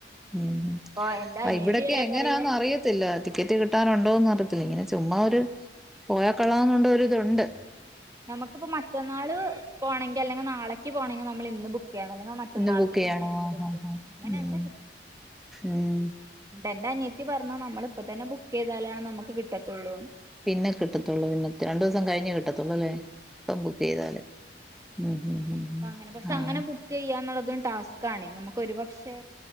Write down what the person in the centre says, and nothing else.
ഉം ഉം
ആ
ഇവിടൊക്കെ
എങ്ങനാന്ന്
അറിയത്തില്ല ടിക്കറ്റ് കിട്ടാനുണ്ടോന്ന് അറി ഇങ്ങനെ ചുമ്മാ ഒരു പോയാൽ കൊള്ളാവുന്നുണ്ട് ഒരു ഇതുണ്ട്
ഇന്ന് ബുക്ക് ചെയ്യണോ
ആഹ്
ആഹ്
ഉം
ഉം
പിന്നെ കിട്ടത്തോള്ളൂ പിന്നെ രണ്ട് ദിവസം
കഴിഞ്ഞേ കിട്ടത്തൊള്ളൂ അല്ലേ പ്പ ബുക്ക് ചെയ്താല് ഉം ഉം ഉം
ഉം
ആഹ്